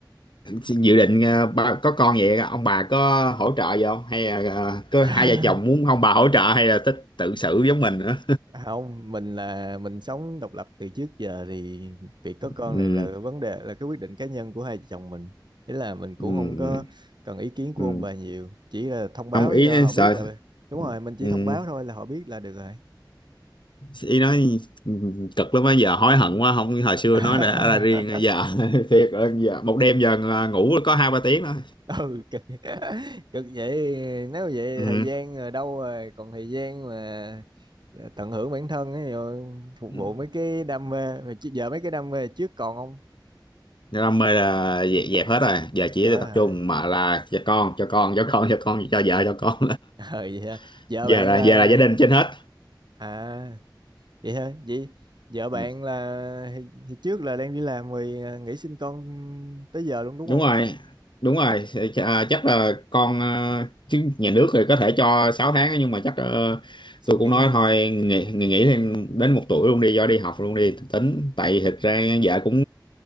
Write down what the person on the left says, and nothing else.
dự định ờ, ba có con vậy ông bà có hỗ trợ gì không hay là ờ, có
hai vợ chồng muốn ông bà hỗ trợ hay là thích tự xử giống mình nữa
<laughs>
ừ
ừ,
ừ,
ừ.
ông ý
sợ
ừ,
ý nói cực lắm á giờ hối hận quá không hồi xưa nói
đã ra riêng giờ <laughs> thiệt giờ một đêm giờ à, ngủ có hai ba tiếng thôi
ừ.
ừ.
đam mê là dẹp, dẹp hết rồi giờ chỉ
tập
trung mà là cho con cho con cho con cho con cho vợ cho con
<laughs>
giờ
là
giờ là gia đình trên hết
Ừ.
đúng rồi đúng rồi à, chắc là con ờ, chứ nhà nước thì có thể cho 6 tháng á, nhưng mà chắc ờ,
tôi cũng
nói
thôi nghỉ nghỉ nghỉ thêm đến một tuổi luôn đi do đi học luôn đi tính tại thực ra vợ cũng